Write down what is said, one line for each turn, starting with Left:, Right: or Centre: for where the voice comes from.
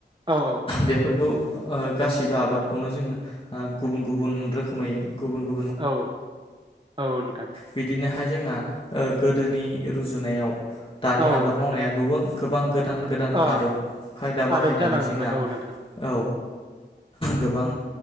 Right: औ
Left: बेफोर ओ गासिबो आबादखौनो जोङो गुबन गुबन रोखोमै गुबुन गु-
Right: औ औ नोंथां
Left: बिदिनोहाय जोंना गोदोनि रुजुनायाव दानि
Right: औ
Left: आबाद
Right: नोंथां
Left: मावनाया गोबां गोबां गोद- दान गोदान
Right: अ
Left: आदब खायदा बाहायनानै
Right: आदब जालांजोब्बाय
Left: जोंना
Right: औ नोंथां
Left: औ गोबां